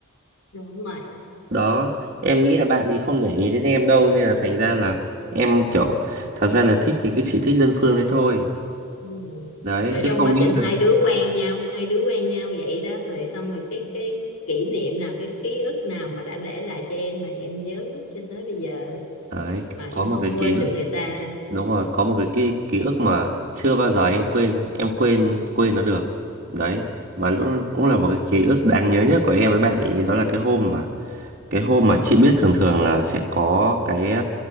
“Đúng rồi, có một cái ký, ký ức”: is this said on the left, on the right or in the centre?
Right